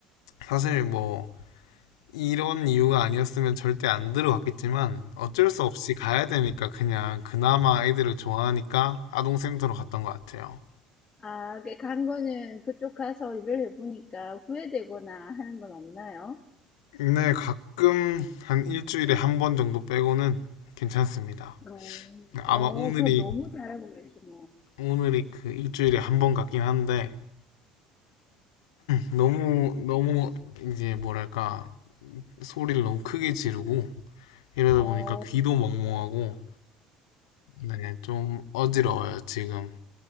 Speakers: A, on the left; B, on the left.
A: 사실 뭐 이런 이유가 아니었으면 절대 안 들어갔겠지만 어쩔 수 없이 가야 되니까 그냥 그나마 애들을 좋아하니까 아동센터로 갔던 것 같아요.
B: 아 그 간 거는 그쪽 가서 일을 해 보니까 후회되거나 하는 건 없나요?
A: 네, 가끔 한 일주일에 한 번 정도 빼고는 괜찮습니다.
B: 어.
A: 아마
B: 어
A: 오늘이
B: 그럼 너무 잘하고 계시네.
A: 오늘이 그 일주일에 한 번 같긴 한데 너무 너무 이제 뭐랄까 소리를 너무 크게 지르고 이러다
B: 어.
A: 보니까 귀도 멍멍하고 네, 좀 어지러워요 지금.